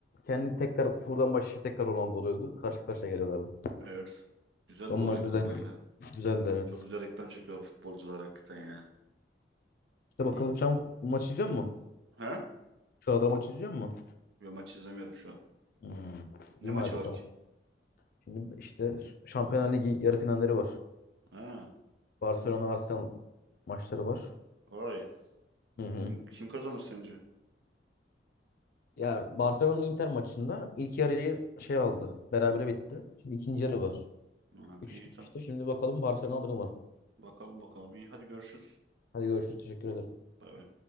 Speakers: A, on the left; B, on the right.
A: Kendi tekrar sıfırdan başlayıp tekrar Ronaldo oluyordu. Karşı karşıya geliyorlardı.
B: Evet. Güzel
A: Onlar
B: de o reklamlar
A: düzeldi.
B: ya.
A: Güzeldi evet.
B: Çok güzel reklam çekiyor futbolcular hakikaten ya.
A: İşte bakalım
B: İyi.
A: şu an fut- maç izliyor musun?
B: Ha?
A: Şu arada maç izliyor musun?
B: Yo maç izlemiyorum şu an.
A: Hmm.
B: Ne
A: İyi
B: maçı
A: madem
B: var
A: tamam.
B: ki?
A: Şimdi işte Şampiyonlar Ligi yarı finalleri var.
B: Ha.
A: Barcelona Arsenal maçları
B: Hmm,
A: var.
B: Vay.
A: Hı hı.
B: Kim, kim kazanır sence?
A: Ya Barcelona Inter maçında ilk yarıyı şey aldı. Berabere bitti. Şimdi ikinci yarı var.
B: Ha,
A: 3-3
B: iyi
A: bitmişti.
B: tamam.
A: Şimdi bakalım Barcelona alır umarım.
B: Bakalım bakalım. İyi hadi görüşürüz.
A: Hadi görüşürüz. Teşekkür ederim.
B: Bay bay.